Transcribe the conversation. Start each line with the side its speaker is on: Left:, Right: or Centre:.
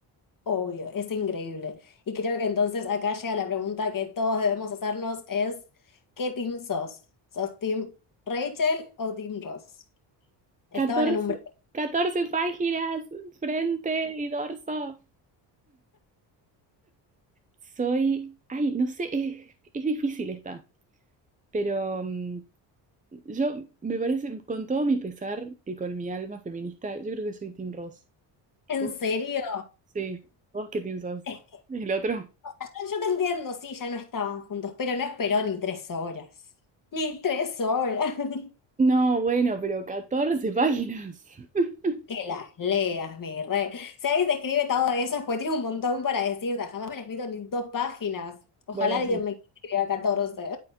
Left: Obvio, es increíble. Y creo que entonces acá llega la pregunta que todos debemos hacernos es, ¿qué team sos? ¿Sos team Rachel o team Ross? Estaban
Right: 14,
Left: en un break.
Right: 14 páginas, frente y dorso. Soy, ay, no sé, es, es difícil esta, pero mm, Yo, me parece, con todo mi pesar y con mi alma feminista, yo creo que soy Team Ross.
Left: ¿En
Right: ¿Vos?
Left: serio?
Right: Sí, ¿vos qué team sos?
Left: Es-
Right: ¿El otro?
Left: o sea, Yo yo te entiendo, sí, ya no estaban juntos, pero no esperó ni tres horas. Ni tres horas. <laughs>
Right: No, bueno, pero 14 páginas. <laughs>
Left: Que las leas, mi rey. Si alguien te escribe todo eso, después tiene un montón para decirte. Jamás me han escrito ni dos páginas. Ojalá
Right: Bueno,
Left: alguien
Right: sí.
Left: me escriba 14.